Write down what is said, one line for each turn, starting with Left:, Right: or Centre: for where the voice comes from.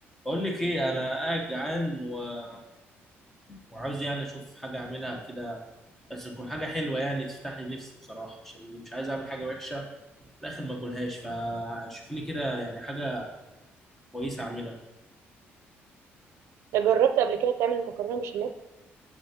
Centre: بقول لك ايه انا قاعد جعان و- وعاوز يعني اشوف حاجه اعملها كده بس تكون حاجه حلوه يعني تفتح لي نفسي بصراحه عشان مش عايز اعمل حاجه وحشه في الاخر ما اكلهاش فشوف لي كده يعني حاجه كويسه اعملها
Right: ده جربت قبل كده تعمل مكرونه بشاميل